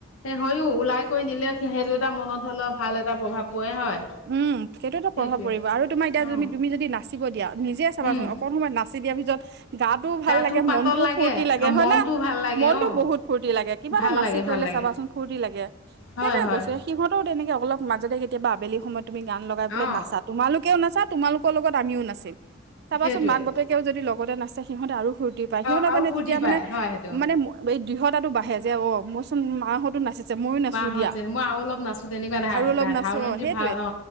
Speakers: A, on the left; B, on the right.
A: হয়ও ওলাই কৰি নিলেও সেইটো এটা মনত ধৰি লও ভাল এটা প্ৰভাৱ পৰে হয়।
B: উম সেইটোতো
A: সেইটোৱে
B: প্ৰভাৱ পৰিব আৰু তোমাৰ এতিয়া
A: উম
B: য তুমি যদি নাচা নিবা দিয়া নিজে চাবাচোন
A: উম
B: অকণ সময় নাচিদিয়া পিছত গাটোও ভাল
A: গাটো
B: লাগে
A: পাতল
B: মনতটোও ফূৰ্তি লাগে হয়
A: মনটো
B: না?
A: ভাল লাগে
B: মনতটো
A: অ
B: বহুত ফূৰ্তি লাগে কিবা এটা
A: ভাল
B: নাচি
A: লাগে
B: কৰিলে
A: ভাল লাগে
B: চাবাচোন ফুৰৰ্তি লাগে সেইটোৱে
A: হয় হয়
B: কৈছো সিহঁতেও তেনেকে অলপ মাজতে কেতিয়াবা আবেলি সময়ত তুমি গান লগাইলৈ
A: অ
B: নাচা তোমালোকেও নাচা তোমালোকৰ লগত আমিও নাছিম। চাবাচোন
A: সেইটোৱে
B: মাক বাপেকেও যদি লগতে নাছে সিহঁতে আৰু ফূৰ্তি পায়
A: আৰু
B: সিহঁতৰ
A: আৰু
B: মানে
A: ফূৰ্তি
B: তেতিয়া
A: পায়
B: মানে
A: হয় সেইটো
B: মানে দৃঢতা'তো বাঢ়ে যে অ মইচোন মাহঁতো নাছিল ময়ো নাচো
A: মাহ হৈছে
B: দিয়া
A: মই আৰু অলপ নাচো তেনেকুৱা ধা
B: আৰু অলপ
A: ধা
B: নাচো
A: ধাউলন্তি
B: সেই
A: ভাল অ